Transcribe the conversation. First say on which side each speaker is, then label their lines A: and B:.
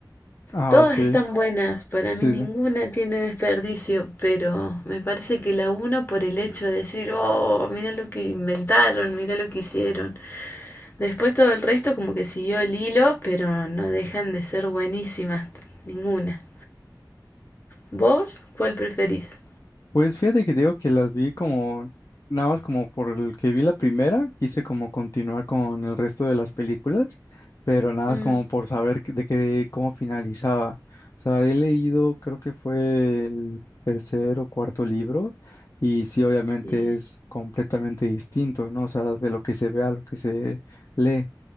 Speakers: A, on the left; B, on the left.
A: Ah,
B: Todas
A: ok,
B: están buenas, para
A: sí,
B: mí ninguna
A: sí.
B: tiene desperdicio, pero me parece que la uno por el hecho de decir, oh, mira lo que inventaron, mira lo que hicieron. Después todo el resto como que siguió el hilo, pero no dejan de ser buenísimas ninguna. ¿Vos cuál preferís?
A: Pues fíjate que digo que las vi como, nada más como por el que vi la primera, quise como continuar con el resto de las películas, pero nada
B: Mm,
A: más como por saber que- de qué, cómo finalizaba. O sea, he leído, creo que fue el tercer o cuarto libro, y sí, obviamente
B: sí,
A: es completamente distinto, ¿no? O sea, de lo que se ve a lo que se lee,